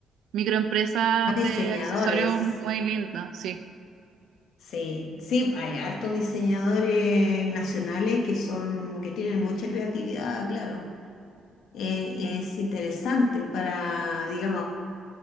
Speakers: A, on the right (about 75°); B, on the left (about 80°).
A: microempresa
B: Hay
A: de
B: diseñadores.
A: accesorios muy linda, sí.
B: Sí, sí, hay hartos diseñadores nacionales que son, que tienen mucha creatividad, claro eh, es interesante para, digamos,